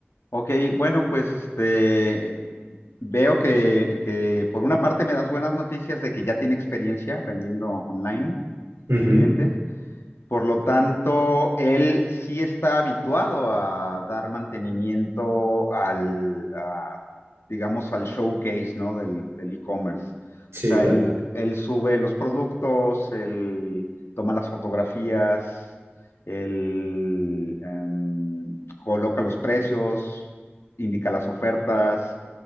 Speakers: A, on the left (about 75°); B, on the right (about 85°).
A: Ok, bueno, pues este... Veo que, que por una parte me das buenas noticias de que ya tiene experiencia vendiendo online
B: Ujú.
A: tu cliente. Por lo tanto, él sí está habituado a dar mantenimiento al, a, digamos, al showcase, ¿no? Del, del e-commerce.
B: Sí,
A: O sea,
B: claro,
A: él, él sube los productos, él toma las fotografías, él em, coloca los precios, indica las ofertas,